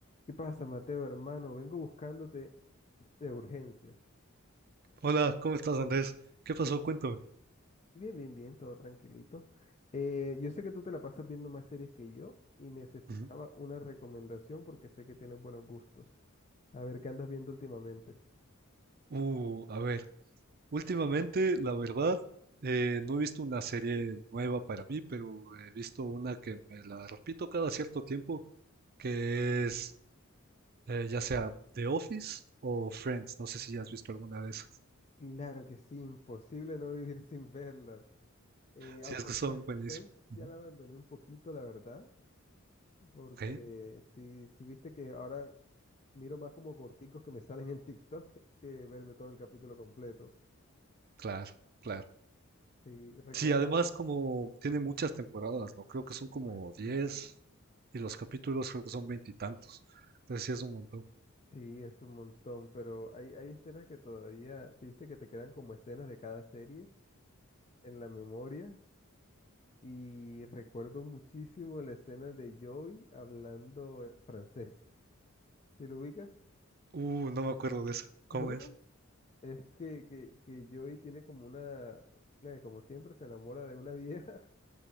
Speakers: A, on the left; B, on the right.
A: ¿Qué pasa, Mateo, hermano? Vengo buscándote de urgencia.
B: Hola, ¿cómo estás, Andrés? ¿Qué pasó? Cuéntame.
A: Bien, bien, bien, todo tranquilito. Eh, yo sé que tú te la pasas viendo más series que yo y necesitaba
B: Ujú.
A: una recomendación porque sé que tienes buenos gustos. A ver, ¿qué andas viendo últimamente?
B: Uh, a ver, últimamente, la verdad, eh, no he visto una serie nueva para mí, pero he visto una que me la repito cada cierto tiempo, que es eh, ya sea The Office o Friends. No sé si ya has visto alguna de esas.
A: Claro que sí, imposible no vivir <laughs> sin verla. Eh,
B: Sí,
A: aunque
B: es que son
A: Fre-
B: buenísimas.
A: Friends
B: Ujú.
A: ya la abandoné un poquito, la verdad, porque
B: Ok,
A: si, si viste que ahora miro más como corticos que me salen en TikTok que que verme todo el capítulo completo.
B: claro, claro.
A: Sí, recuerdo,
B: Sí, además como tiene muchas temporadas, ¿no? Creo que son como
A: Demasiado.
B: 10 y los capítulos creo que son veintitantos. Entonces sí es un montón.
A: Sí, es un montón, pero hay, hay escenas que todavía, si viste que te quedan como escenas de cada serie en la memoria. Y recuerdo muchísimo la escena de Joey hablando eh, francés. ¿Sí lo ubicas?
B: Uh, no me acuerdo de eso. ¿Cómo
A: No,
B: es?
A: Es que, que, que Joey tiene como una, eh, como siempre, se enamora de una vieja